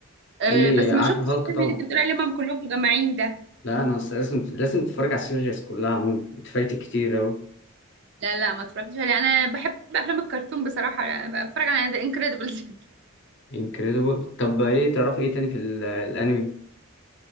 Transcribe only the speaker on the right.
أه
بس
ما شفتش
الفيلم
اللي انت بتقول عليه لما هم كلهم مجمعين ده
لا لا ما اتفرجتش عليه انا بحب افلام الكرتون بصراحه بتفرج على ذا انكريدبلز